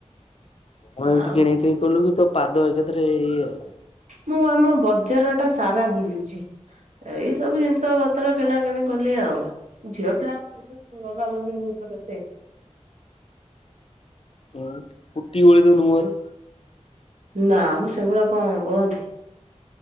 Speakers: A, on the left; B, on the right.
A: କଣ ଏମିତି
B: ଆଉ
A: କିଣ କିଣି କଲୁ କି ତୋ ପାଦ ଏକାଥରେ ଇଏ ହେଲା?
B: ମୁଁ ଆମ ବଜାର ଟା ସାରା ବୁଲିଛି। ଏଇ ସବୁ ଜିନିଷ ପତ୍ର କିଣା କିିଣି କଲି ଆଉ ଝିଅ ପିଲାଙ୍କୁ ଲଗାଲଗି ଜିନିଷ କେତେ
A: ହ ପୁଟି ବଳି ଦଉନୁ ମୁଁହରେ
B: ନା ମୁଁ ସେଗୁଡା କଣ ବୋଳନ୍ତି।